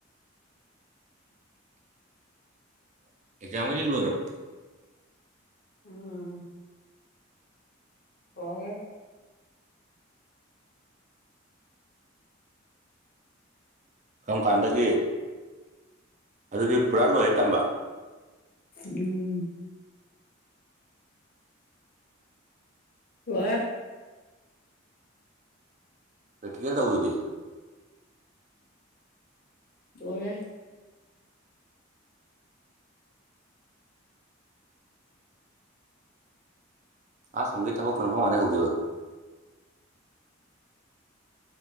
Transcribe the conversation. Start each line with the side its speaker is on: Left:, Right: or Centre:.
Right: ꯑꯦꯖꯝꯒ ꯂꯣꯏꯈꯔ꯭ꯕꯣ
Left: ꯎꯝ ꯒꯦ <unintelligible>
Right: ꯀꯔꯝ ꯀꯥꯟꯗꯒꯦ ꯑꯗꯨꯗꯤ ꯄꯨꯔꯥ ꯂꯣꯏꯔꯦ ꯇꯝꯕ
Left: ꯎꯝ ꯋꯥ
Right: ꯄꯦꯠꯀꯦꯔ ꯇ ꯎꯗꯗꯤ
Left: ꯂꯣꯏꯔꯦ
Right: ꯑ ꯑꯁꯣꯝꯗꯒꯤ ꯊꯥꯕꯛ ꯈꯅꯐꯥꯎ ꯃꯅ ꯍꯧꯗ